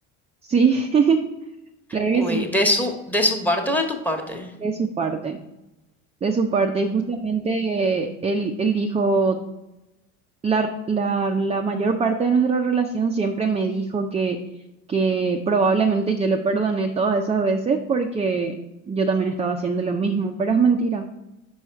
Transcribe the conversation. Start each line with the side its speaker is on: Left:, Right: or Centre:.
Right: Sí, <laughs> claro
Centre: Uy,
Right: que sí,
Centre: ¿de su, de su parte o de tu parte?
Right: de su parte, de su parte. Y justamente eh, él, él dijo... la, la, la mayor parte de nuestra relación siempre me dijo que, que probablemente yo le perdoné todas esas veces porque yo también estaba haciendo lo mismo, pero es mentira.